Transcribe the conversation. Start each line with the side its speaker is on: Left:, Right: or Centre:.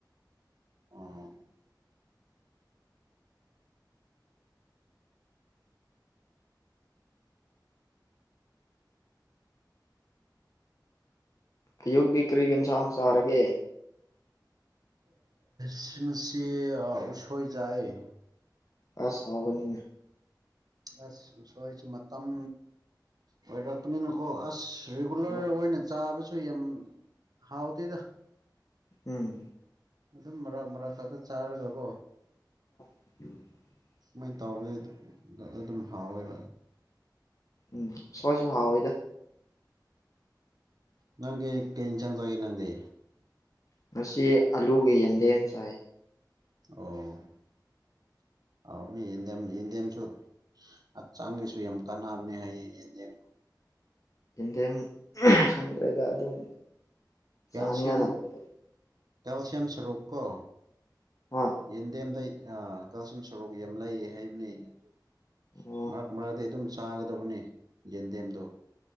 Right: ꯑꯣ
Left: ꯑꯌꯨꯛꯛꯇꯤ ꯀꯔꯤ ꯀꯟꯁꯥꯡ ꯆꯥꯔꯒꯦ꯫
Right: ꯁꯤꯡ ꯑꯁꯤ ꯎꯠꯁꯣꯏ ꯌꯥꯥꯏ꯫
Left: ꯑꯁ ꯍꯥꯎꯒꯅꯤꯅꯦ꯫
Right: ꯑꯁ ꯑꯨꯁꯣꯏꯖꯨ ꯃꯇꯝ ꯑꯣꯏꯔꯛꯄꯅꯤꯅꯀꯣ ꯑꯁ ꯔꯤꯒꯨꯂꯔ
Left: ꯍꯣꯏ
Right: ꯑꯣꯏꯅ ꯆꯥꯕꯁꯨ ꯌꯥꯝ ꯍꯥꯎꯇꯦꯗ
Left: ꯎꯝ
Right: ꯑꯗꯨꯝ ꯃꯔꯥꯛ ꯃꯔꯥꯛ ꯈꯛꯇ ꯆꯥꯔꯒꯀꯣ
Left: <inaudible>
Right: ꯁꯨꯃꯥꯏꯅ ꯇꯧꯕꯧꯕꯗꯤ ꯑꯗꯨꯝ ꯍꯥꯎꯋꯦꯕ
Left: ꯎꯝ ꯁ꯭ꯋꯥꯏꯁꯨ ꯍꯥꯎꯋꯦꯗ꯫
Right: ꯅꯪꯗꯤ ꯀꯩ ꯏꯟꯁꯥꯡ ꯆꯥꯒꯦ ꯅꯪꯗꯤ꯫
Left: ꯃꯁꯤ ꯑꯂꯨꯒꯤ ꯌꯦꯟꯗꯦꯝ ꯆꯥꯏ꯫
Right: ꯑꯣ ꯍꯥꯎꯕꯅꯤ ꯌꯦꯟꯗꯦꯝꯁꯨ ꯌꯦꯟꯗꯦꯝꯁꯨ꯫ ꯑ ꯆꯥꯡꯉꯁꯨ ꯌꯥꯝ ꯀꯥꯟꯅꯕꯅꯦ ꯍꯥꯏꯌꯦ꯫ ꯌꯦꯟꯗꯦꯝ
Left: ꯏꯟꯗꯤꯌꯦꯝ ꯈꯪꯗ꯭ꯔꯦꯗ ꯑꯗꯨꯝ ꯆꯥꯅꯤꯡꯉꯥꯏ
Right: ꯀꯦꯜꯁꯤꯌꯝ
Left: ꯂꯩꯇꯦ
Right: ꯀꯦꯜꯁꯤꯌꯝ ꯁꯔꯨꯛ ꯀꯣ
Left: ꯍꯣꯏ
Right: ꯌꯦꯟꯗꯦꯝꯗꯩ ꯑ ꯀꯥꯁꯤꯝ ꯁꯣꯔꯣꯒꯤ ꯌꯥꯝ ꯂꯩꯑꯦ ꯍꯥꯏꯕꯅꯦ ꯑꯗꯨ
Left: ꯑꯣ
Right: ꯃꯍꯥꯛ ꯃꯔꯗꯤ ꯑꯗꯨꯝ ꯆꯥꯒꯗꯕꯅꯤ ꯌꯦꯟꯗꯦꯝꯗꯣ